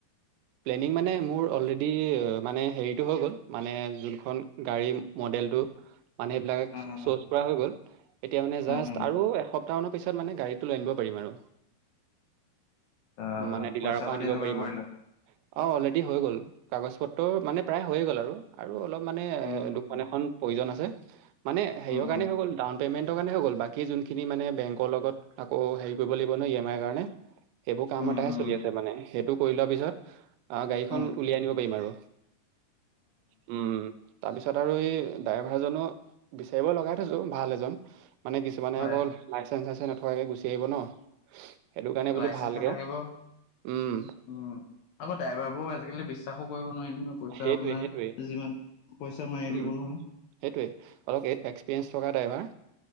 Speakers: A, on the right (about 90°); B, on the left (about 70°).
A: প্লেনিং মানে মোৰ অলৰেডি মানে হেৰিটো হৈ গ'ল মানে যোনখন গাড়ী মডেলটো মানে এইবিলাক
B: উম উম
A: চজ
B: উম
A: কৰা হৈ গল, এতিয়া মানে জাষ্ট
B: উম
A: আৰু এক টা মানৰ পিছত মানে গড়ীটো লৈ আনিব পাৰিম আৰু।
B: আহ
A: মানে ডিলাৰৰ
B: পইচা
A: পৰা
B: পাতি
A: আনিব
B: যোগাৰ
A: পাৰিম
B: কৰিলে
A: আৰু অ', অলৰেডি হৈ গ'ল। কাগজ পত্ৰ মানে প্ৰায় হৈয়ে গ'ল আৰু আৰু অলপ মানে এ
B: উম
A: দুখন এখন প্ৰয়োজন আছে। মানে সৰিয়হ
B: উম উম
A: কাৰণে হৈ গ'ল ডাউন পেমেন্টৰ কাৰণে হৈ গ'ল, বাকী যোনখিনি মানে বেংকৰ লগত আকৌ হেৰি কৰিব লাগিব নহয় ই এম আইৰ কাৰণে। সেবোৰ কাম
B: উম
A: এটা হে
B: উম
A: চলি আছে মানে সেইটো কৰি লোৱা পিছত আ, গাড়ীখন
B: উম
A: উলিয়াই আনিব পাৰিম আৰু। উম, তাৰপিছত আৰু এই ড্ৰাইভাৰজনো বিচাৰিব লগাই থৈছো ভাল এজন মানে কিছুমানে
B: হয়
A: অকল লাইচেন্ঞ্চ চাইচেঞ্চ নথকাকে গুচি আহিব ন' সেইটো কাৰণে
B: লাইচেন্স
A: বোলো ভালকে
B: নাথাকিব
A: উম,
B: উম, আকৌ ড্ৰাইভাৰ বোৰক আজিকালি বিশ্বাসো কৰিব নোৱাৰি ন' পইচা
A: সেইটোৱে
B: আপোনাৰ
A: সেইটোৱে
B: যিমান পইচা মাৰি
A: উম
B: দিব নহয়
A: সেইটোৱে অলপ এক্সপিৰিয়েঞ্চ থকা ড্ৰাইভাৰ,